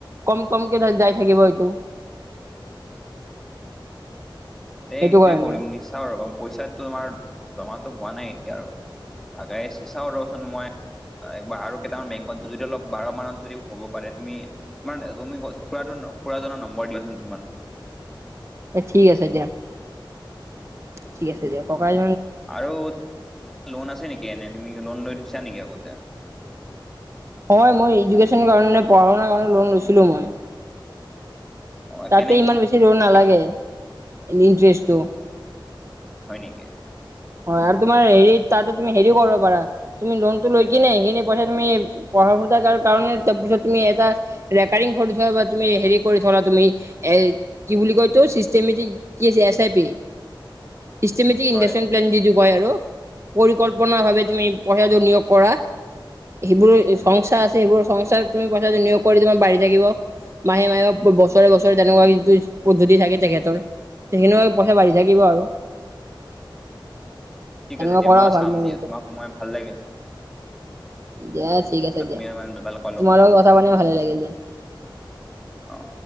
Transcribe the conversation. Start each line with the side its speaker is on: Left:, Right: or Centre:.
Right: কম-কমকে যাই থাকিব এইটো।
Centre: তে
Right: সেইটো
Centre: সেইটোয়ে
Right: কাৰণে
Centre: কৰিম নি? চাও ৰবা পইচাত তোমাৰ জমাটো হোৱা নাই এতিয়া আৰু। আগাইছে চাও ৰচোন মই একবাৰ আৰু কেইটামান বেংকত যড়িত অলপ বাৰ মানত যদি হ'ব পাৰে তুমি মানে তুমি খুৰাডন খুৰাজনৰ নম্বৰ দিয়িচোন কিমান।
Right: এ ঠিক আছে দিয়া। ঠিক আছে দিয়া। ককাই
Centre: আৰুত লোন আছে নেকি, এনে তুমি লোন লৈ থৈছা নেকি আগতে?
Right: হয় মই ইজুকেশ্যনৰ কাৰণে, পঢ়া শুনাৰ কাৰণে লোন লৈছিলোঁ মই।
Centre: অ
Right: তাতে
Centre: কেনে
Right: ইমান বেছি ৰ'
Centre: ইণ্টাৰেষ্ট
Right: নালাগে, ইনিট্ৰেষ্টটো।
Centre: হয় নেকি?
Right: হয় আৰু তোমাৰ হেৰি তাতে তুমি হেৰিও কৰিব পাৰা তুমি লোন টো লৈ কিনে সিনি পইচা তুমি পঢ়া শুতা কা কাৰণে তাৰপিছত তুমি এটা ৰেকাৰিং ঘৰটো থোৱা বা তুমি হেৰি কৰি থলা তুমি এ কি বুলি কয় এইতো চিচমেটিক কিযে এচ আই পি? চিচমেটিক ইলেভেন
Centre: হয়
Right: <unintelligible> কয় আৰু পৰিকল্পনা ভাৱে তুমি পইচাটো নিয়োগ কৰা। সেইবোৰ সংস্থা
Centre: উম
Right: আছে সেইবোৰ সংস্থা তুমি পইচাটো নিয়োগ কৰি তোমাৰ বাঢ়ি থাকিব। মাহে-মাহে, ব-বছৰে-বছৰে তেনেকুৱা যিটো পদ্ধতি থাকে তেখেতৰ। তে হেণেকৈ পইচা বাঢ়ি থাকিব আৰু।
Centre: ঠিক
Right: তেনেকুৱা
Centre: আছে দিয়া,
Right: কৰাও
Centre: মই
Right: ভাল
Centre: চাম
Right: মোৰ
Centre: দিয়া,
Right: মতে
Centre: তোমাক মই ভাল লাগিল।
Right: দিয়া ঠিক আছে
Centre: তুমি
Right: দিয়া।
Centre: ইমান ভাল পালো
Right: তোমাৰ
Centre: মই
Right: লগত কথা পাতি ম ভালে লাগিল দিয়া।
Centre: অ'।